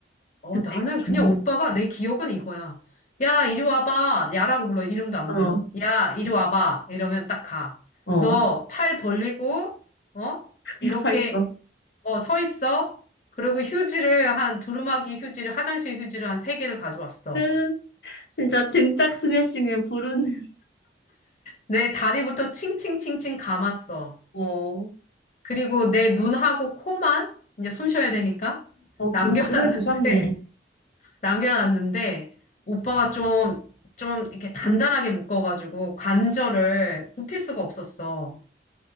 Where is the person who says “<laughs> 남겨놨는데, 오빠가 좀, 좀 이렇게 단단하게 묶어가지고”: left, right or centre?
Left